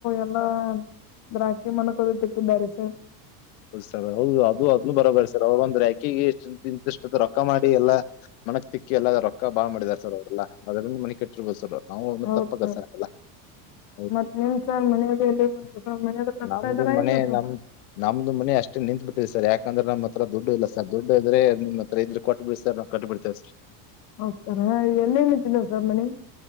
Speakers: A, on the left; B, on the left.
A: ಎಲ್ಲಾ ದ್ರಾಕ್ಷಿ ಮನಕದು ತಿಂದಾರಿ ಸರ್.
B: ಹೌದು ಸರ್ ಹೌದು ಅದು ಅದ್ಲು ಬರಬರಿ ಸರ್ ಅವ್ರ ಒಂದ್ ರಾಂಕ್ ಕಿಗ್ <unintelligible> ಇಂತಿಸ್ಟ್. ರೊಕ್ಕ ಮಾಡಿ ಎಲ್ಲ ಮನಕ್ ತಿಕ್ಕಿ ಎಲ್ಲ ರೊಕ್ಕ ಬಾಳ ಮಾಡಿದಿದ್ದಾರೆ ಸರ್ ಅವರೆಲ್ಲ ಅದರಿಂದ ಮನಿ ಕಟ್ಟಿರಬಹುದ ಸರ್. ನಾವು ಒಂದು
A: ಹೌದ
B: ತಪ್ಪಕ
A: ಸರ್
B: ಎಲ್ಲ ಹೌದು
A: ಮತ್ತ ನಿಮ್ದು ಸರ್ ಮನೆ ಬಗ್ಗೆ ಎಲ್ಲಿಗೆ ಬಂತು. ಸರ್ ಮನೆಯದು ಕಟ್ತಾ
B: ನಮ್ದು
A: ಇದ್ದಾರಾ
B: ಮನೆ
A: ಇಲ್ಲ ಸರ್
B: ನಮ ನಮ್ದು ಮನೆ ಅಷ್ಟೇ ನಿಂತುಬಿಟ್ಟಿತ್ತು. ಸರ್ ಯಾಕಂದ್ರ ನಮ್ಮ ಹತ್ರ ದುಡ್ಡು ಇಲ್ಲ ಸರ್ ದುಡ್ಡ ಇದ್ದರೆ ನಿಮ್ಮ ಹತ್ರ ಇದ್ರ ಕೊಟ್ಟ ಬಿಡಿ ಸರ್ ನಾವು ಕಟ್ಟ ಬಿಡ್ತೀವಿ ಸರ್.
A: ಹೌದು ಸರ್ ಎಲ್ಲೇನ ಇದಿದ್ದಿಲ್ಲ ಸರ್ ಮನಿ.